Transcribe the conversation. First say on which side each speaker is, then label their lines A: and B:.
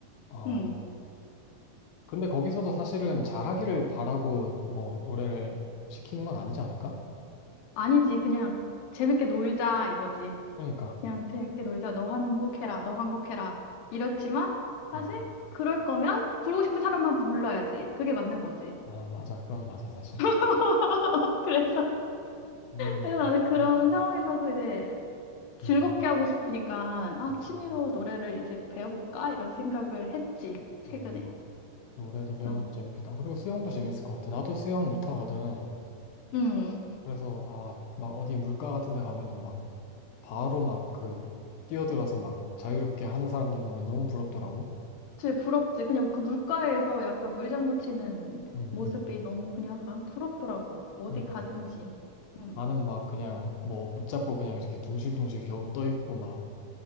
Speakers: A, on the left (about 90°); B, on the left (about 70°).
A: 어.
B: 음,
A: 근데 거기서도 사실은 잘하기를 바라고 뭐 노래를 시키는 건 아니지 않을까?
B: 아니지. 그냥 재밌게 놀자 이거지.
A: 그러니까.
B: 그냥 재밌게 놀자. 너 한 곡 해라. 너 한 곡 해라. 이렇지만 사실
A: 어.
B: 그럴 거면 부르고 싶은 사람만 불러야지. 그게 맞는 거지.
A: 아, 맞아. 그건 맞아, 사실.
B: <laughs> 그래서,
A: 이거는,
B: 그래서 나는 그런
A: 음,
B: 상황에서도 이제 즐겁게
A: 음,
B: 하고 싶으니까, 아,
A: 음,
B: 취미로
A: 음.
B: 노래를 이제 배워볼까? 이런 생각을 했지, 최근에.
A: 음. 노래도 배우는
B: 그래서,
A: 거 재밌겠다. 그리고 수영도 재밌을 것 같아. 나도 수영 못하거든.
B: 음,
A: 그래서, 아, 막 어디 물가 같은 데 가면은 막 바로 막 그 뛰어들어서 막 자유롭게 하는 사람들 보면 너무 부럽더라고.
B: 진짜 부럽지. 그냥 그 물가에서 약간 물장구 치는
A: 응,
B: 모습이
A: 응.
B: 너무 그냥 난 부럽더라고. 어디
A: 그러니까
B: 가든지. 음,
A: 나는 막 그냥 뭐 붙잡고 그냥 이렇게 둥실둥실 겨우 떠 있고 막